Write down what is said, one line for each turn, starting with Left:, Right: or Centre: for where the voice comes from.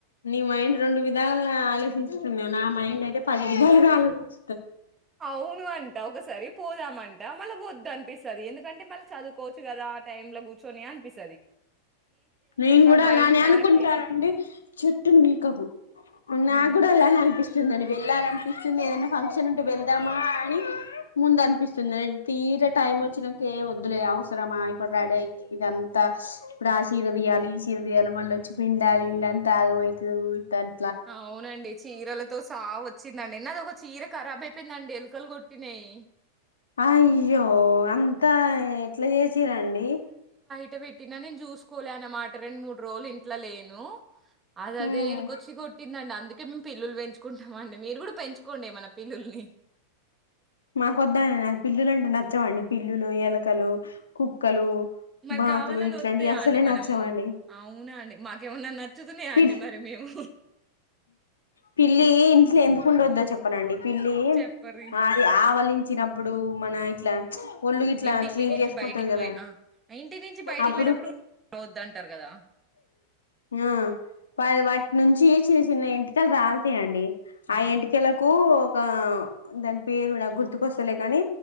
Left: నీ మైండ్ రెండు విధాలు ఆలోచించుతున్నా నా మైండ్ అయితే పది విధాలుగా ఆలోచించ
Right: అవును అంట ఒకసారి పోదామంట మళ్ళీ వద్దు అనిపిస్తది ఎందుకంటే మళ్ళ చదువుకోవచ్చు కదా టైమ్ల కూచోని అనిపిస్
Left: నేను కూడా
Right: మైండ్
Left: అలానే
Right: నాకే
Left: అనుకుంటానండి చెట్టును పీకకు నాకు
Right: హ్మ్
Left: కూడా అలానే అనిపిస్ వందండి వెళ్ళాలనిపిస్తుంది ఏదనా ఫంక్షన్ ఉంటే వెళ్దామా అని ముందు అనిపిస్తుంది తీర టైం వచ్చినాంక ఏ వద్దులే అవసరమా ఇప్పుడు రడయి ఇద తనఇప్పుడు ఆ చీర తియ్యాలి ఈ చీర తియ్యాలి మల్లొచ్చి పిండాలి ఇదంతా ఆగం అయితది ఊర్కన్
Right: అవునండి చీరలతో సావో చ్చిందండి నాది ఒక చీర కరాబ్ <unintelligible> చెప్పిందండి ఎలుకలు కొట్టినాయి
Left: అయ్యో అంతా ఎట్లా చేసిరండి
Right: ట పెట్టినా నేను చూసుకోలే అనమాట రెండు మూడు రోజులు ఇంట్లో లేను అద అదే
Left: ఉమ్
Right: ఏల్ కొచ్చి కొట్ందం అందుకే మేము పిల్లులు పెంచుకుంటామ్ అండి మీరు కూడా పెంచుకోండి పిల్లుల్ని
Left: మాకొద్దండి నాకు పిల్లులు అంటే నచ్చవండి పిల్లులు ఎలకలు కుక్కలు
Right: మరి
Left: బాతులు
Right: కావాలని
Left: ఇట్లాంటివి
Right: వత్తయ
Left: అస్సలే
Right: అండి మనము
Left: నచ్చవండి
Right: అవునా అండి మాకేమన్నా నచ్చుతున్నాయాండి
Left: పిల్
Right: మరి మేము
Left: పిల్లి ఇంట్లో ఎందుకుండొద్దో చెప్పన అండి పిల్లి
Right: చెప్పరి.
Left: అది ఆవలి చినప్పుడు మన ఇట్లా ఒళ్ళు ఇట్లా
Right: ఇంటికి
Left: క్లీన్
Right: నుంచి
Left: చేసుకుంటది
Right: బయటికి
Left: కదా
Right: పోయి ఆ! ఇంటి నుంచి బయటికి
Left: అప్పుడు
Right: పోయేటప్పుడు గూడా వద్దంటారు గదా!
Left: ఆ వా వాటి నుంచి ఎంటికలు రాలుతాయి అండి
Right: హ్మ్.
Left: ఆ ఎంటికలకూ ఒక దాని పేరు నాకు గుర్తుకొస్తలే కాని